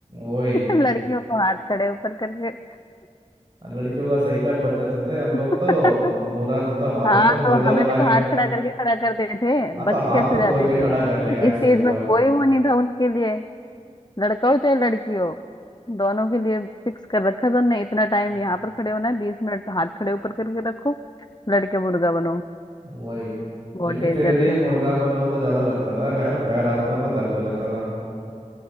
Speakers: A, on the right (about 35°); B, on the left (about 35°).
A: वही
B: <laughs> लड़कियों को हाथ खड़े ऊपर करके
A: लड़कियों का सही था बच जाते थे आप लोग
B: <laughs>
A: तो हम बोरा तो हमारा
B: हाँ
A: था मुर्गा
B: तो हमें
A: बना
B: भी तो
A: के
B: हाथ खड़ा करके खड़ा करते थे
A: हाँ
B: बच
A: तो हाथ
B: कैसे
A: तो कोई
B: जाते
A: भी
B: थे
A: खड़ा
B: वो
A: कर लेगा ऐसे
B: इस चीज
A: ऊपर
B: में कोई वो नहीं था उनके लिए लड़का हो चाहे लड़की हो दोनों के लिए फिक्स कर रखा था उनने इतना टाइम
A: हम्म।
B: यहाँ पर खड़े होना है बीस मिनट हाथ खड़े ऊपर करके रखो लड़के मुर्गा बनो
A: वही
B: बहुत
A: लेकिन
B: डेंजर
A: फिर भी
B: थे
A: मुर्गा बनो तो ज्यादा लगता था पैर पैर हाथ पर में दर्द हो जाता था